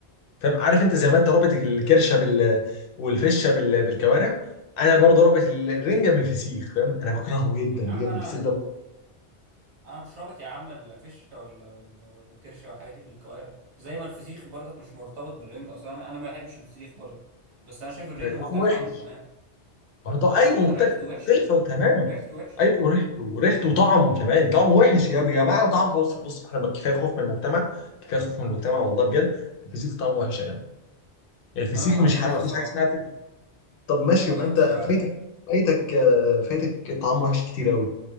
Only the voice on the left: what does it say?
فاهم عارف أنت زي ما أنت رابط الكرشة بال والفشة بال... بالكوارع أنا برضه رابط ال- الرنجة بالفسيخ فاهم أنا بكرهه جدا
بجد
الفسيخ ده بكرهه
طعمه
وحش
ما هو طع-
أيوه مختلف
مختلفة
تماما
أيوه وريحته وريحته وطعمه كمان طعمه وحش يا جماعة طعمه بص بص إحنا كفاية خوف من المجتمع كفاية خوف من المجتمع والله بجد الفسيخ طعمه وحش يا جماعة الفسيخ
مش حاجه مفيش
حاجه اسمها فسيخ طب ماشي
يبقى
انت
فايتك فايتك آه، فايتك طعام وحش كتير قوي